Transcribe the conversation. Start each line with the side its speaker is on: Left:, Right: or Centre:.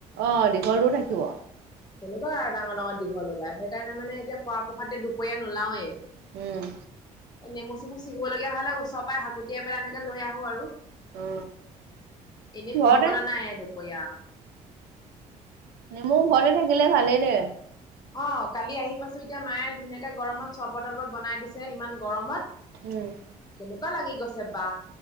Right: আহ দীঘলটো থাকিব
Left: কেনেকুৱা ডাঙৰ ডাঙৰ দীঘল ওলায় সেইকাৰণে মানে এতিয়া পৰাপ্ৰসাদ দুপৰীয়া নোলাৱেই
Right: উম,
Left: নেমু চেু ছিগিবলীয়া হলে ওচৰই হাকুটীয়া পেলাই এনেকে লৈ আহো আৰু
Right: অ
Left: এনেই
Right: ঘৰতে
Left: সোমাবলৈ নাই দুপৰীয়া
Right: নেমু ঘৰতে থাকিলে ভালেই দে
Left: অ', কালি আহি পাইছো এতিয়া মায়ে ধুনীয়াকে গৰমত চৰ্বত তৰ্বত বনাই দিছে ইমান গৰমত
Right: উম,
Left: এনেকুৱা লাগি গৈছে বা